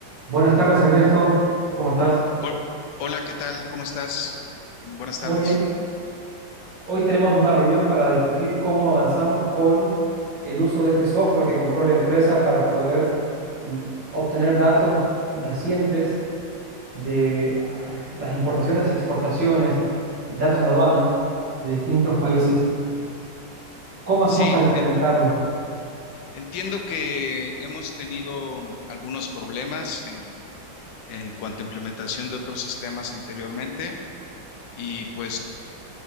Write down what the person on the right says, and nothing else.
Buenas tardes, Ernesto. ¿Cómo estás?
Muy
bien. Hoy tenemos una reunión para discutir cómo avanzamos con el uso de este software que compró la empresa para poder mm, obtener datos recientes de ah, las importaciones y exportaciones, datos de aduanas de distintos países. ¿Cómo hacemos
para implementarlo?